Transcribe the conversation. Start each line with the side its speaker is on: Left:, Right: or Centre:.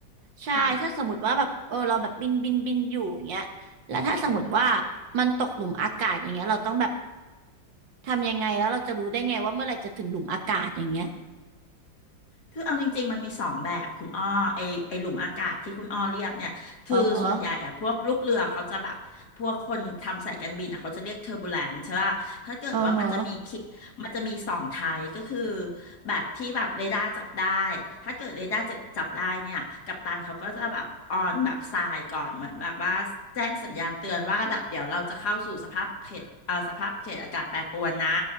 Right: ใช่ถ้าสมมติว่าแบบเออเราแบบบินบินบินอยู่อย่างเงี้ยแล้วถ้าสมมติว่า
Left: ค่ะ
Right: มันตกหลุมอากาศอย่างเงี้ยเราต้องแบบทำยังไงแล้วเราจะรู้ได้ไงว่าเมื่อไหร่จะถึงหลุมอากาศอย่างเงี้ย
Left: คือเอาจริงๆมันมีสองแบบคุณอ้อไอไอหลุมอากาศที่คุณอ้อเรียกเนี่ยคือส่วนใหญ่อะพวกลูกเรือเขาจะแบบพวกคนทำสายการบินอะเขาจะเรียกเทอร์บูแลนใช่ป่ะถ้าเกิดว่ามันจะมีคิมันจะมีสองไทป์ก็คือ
Right: อือฮะอือฮะ
Left: แบบที่แบบเรดาร์จับได้ถ้าเกิดเรดาร์จับจับได้เนี่ยกัปตันเขาก็จะแบบออนแบบทรายก่อนเหมือนแบบว่าแจ้งสัญญาณเตือนว่าแบบเดี๋ยวเราจะเข้าสู่สภาพเขตเอ่อสภาพเขตอากาศแปรปรวนนะ